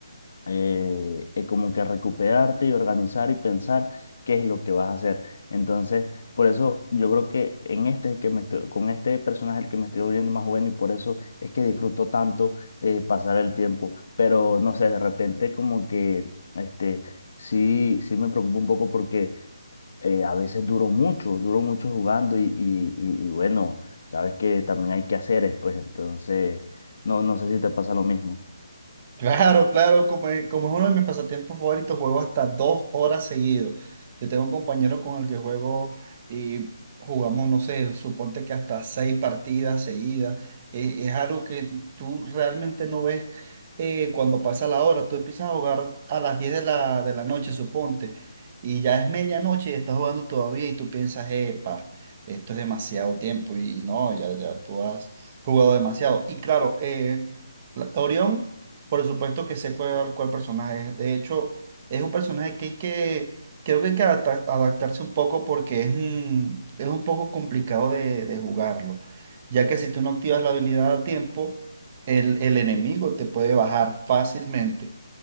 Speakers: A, on the left; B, on the right.
A: eh, eh, como que recuperarte y organizar y pensar qué es lo que vas a hacer. Entonces, por eso yo creo que en este que me estoy- con este personaje el que me estoy volviendo más bueno y por eso es que disfruto tanto eh, pasar el tiempo. Pero no sé, de repente como que este sí, sí me preocupa un poco porque eh, a veces duro mucho, duro mucho jugando y, y, y, y bueno, sabes que también hay que hacer pues entonces no, no sé si te pasa lo mismo.
B: Claro, claro, como es, como es uno de mis pasatiempos favoritos, juego hasta dos horas seguido. Yo tengo un compañero con el que juego y jugamos, no sé, suponte que hasta seis partidas seguidas. Eh, es algo que tú realmente no ves eh, cuando pasa la hora. Tú empiezas a jugar a las 10 de la, de la noche, suponte, y ya es medianoche y estás jugando todavía y tú piensas, epa, esto es demasiado tiempo y, y no, ya, ya tú has jugado demasiado. Y claro, eh, la- Orión. Por supuesto que sé cuál, cuál personaje es. De hecho, es un personaje que hay que, creo que hay que adapta- adaptarse un poco porque es, un- es un poco complicado de, de jugarlo, ya que si tú no activas la habilidad a tiempo, el, el enemigo te puede bajar fácilmente